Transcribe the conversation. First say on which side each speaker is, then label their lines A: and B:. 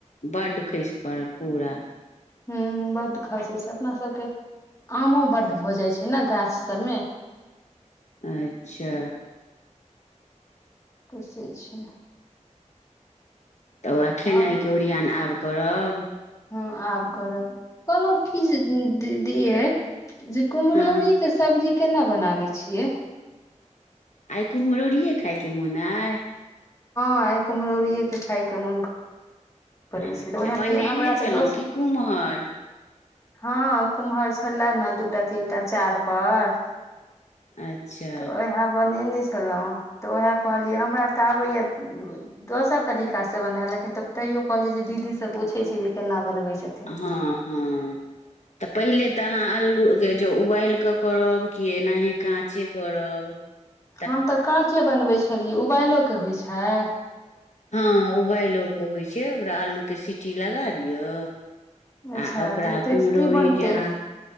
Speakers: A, on the left (about 65°); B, on the left (about 25°).
A: बड्ड खसि पडल पूरा
B: हं बड खसे छै अपना सबके आमो बड भऽ जाइ छै नें गाछ सबमे
A: अच्छा
B: कसै छै
A: तऽ
B: आओर
A: खेनाइके ओरियन आब करब
B: हँ आब करब कहलहुँ की जे दी दिये जे कुम्हरौरी
A: हँ
B: के सब्जी केना बनाबे छियै
A: आइ कुम रौड़िये खायके मोन अइ
B: हँ आइ कुमहरौरिय के खाय के मोन क पै
A: अच्छा
B: छै तऽ ओह
A: बनेने
B: हमरा
A: छलहुँ
B: तऽ दोसर
A: की कुम्हर
B: हँ कुम्हर छलै ने दूटा तीन टा चारि पर
A: अच्छा
B: तऽ उएह बनेने छलहुँ तऽ उएह कहलियै हमरा तऽ आबैए दोसर तरीकासँ बनायल लेकिन तऽ तेयो कहलियै जे दीदीसँ पूछैत छै जे केना बनबैत छथिन
A: हँ हँ तऽ पहिले ते अहाँ अलू के जो उबाल क करब क एनाहे काँचे करब <inaudible>
B: हम तऽ काँचे बनबैत छलियै उबाइलो के होइत छै
A: हँ उबालओ के होइ छै ओकरा आलू के सीटी लगा दियअ
B: अच्छा
A: आ ओकरा
B: तऽ टेस्टी
A: कुम्हरौरी
B: बनतै
A: के यहाँ